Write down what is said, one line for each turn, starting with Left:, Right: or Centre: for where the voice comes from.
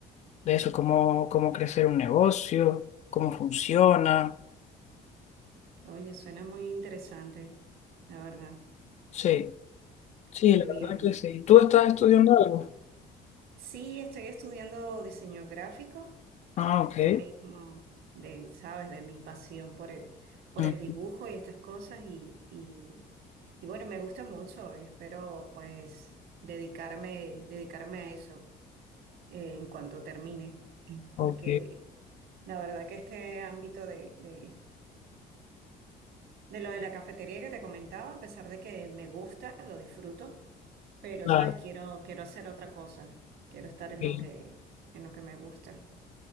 Left: de eso, cómo, cómo crecer un negocio, cómo funciona.
Right: Oye, suena muy interesante, la verdad.
Left: Sí, sí,
Right: Qué
Left: la
Right: bien.
Left: verdad que sí. ¿Tú estás estudiando
Right: <laughs>
Left: algo?
Right: Sí, estoy estudiando diseño gráfico
Left: Ah,
Right: por esto
Left: ok.
Right: mismo, de, sabes, de mi pasión por el, por
Left: Ujú,
Right: el dibujo y estas cosas y, y, y bueno, me gusta mucho y espero pues dedicarme, dedicarme a eso eh, en cuanto termine,
Left: Ok,
Right: porque la verdad que este ámbito de, de, de lo de la cafetería que te comentaba, a pesar de que me gusta, lo disfruto, pero
Left: claro.
Right: sabes, quiero, quiero hacer otra cosa. Quiero estar en
Left: sí.
Right: lo que, en lo que me gusta.